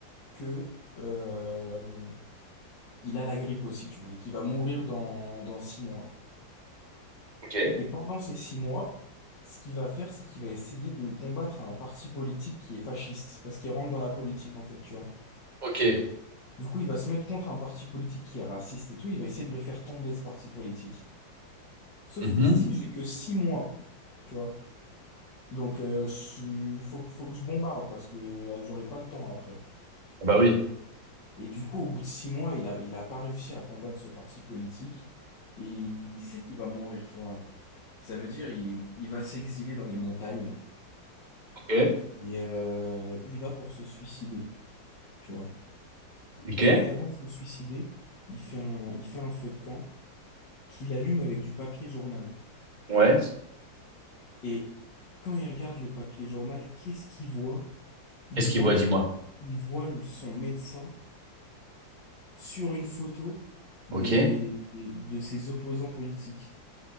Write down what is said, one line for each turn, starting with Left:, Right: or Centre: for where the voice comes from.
Left: que euh, il a la grippe aussi, tu vois, et qu'il va mourir dans dans six mois.
Right: Ok.
Left: Et pendant ces six mois, ce qu'il va faire, c'est qu'il va essayer de combattre un parti politique qui est fasciste, parce qu'il rentre dans la politique, en fait, tu vois.
Right: Ok.
Left: Du coup, il va se mettre contre un parti politique qui est raciste et tout, il va essayer de le faire tomber, ce parti politique. Sauf
Right: Mhm.
Left: qu'il se dit, j'ai que six mois, tu vois. Donc, euh, je suis- faut, que- faut que je bombarde, parce que euh, j'aurai pas le temps après.
Right: Bah oui.
Left: Et du coup, au bout de six mois, il a, il a pas réussi à combattre ce parti politique, et il sait qu'il va mourir, tu vois. Ça veut dire, il, il va s'exiler dans les montagnes.
Right: Ok.
Left: Et euh, il va pour se suicider, tu vois.
Right: Ok.
Left: Sauf qu'avant de se suicider, il fait un, il fait un feu de camp qu'il allume avec du papier journal.
Right: Ouais.
Left: Et quand il regarde le papier journal, qu'est-ce qu'il voit? Il
Right: Qu'est-ce
Left: voit
Right: qu'il voit,
Left: la,
Right: dis-moi?
Left: il voit le- son médecin sur une photo des,
Right: Ok.
Left: des- de ses opposants politiques.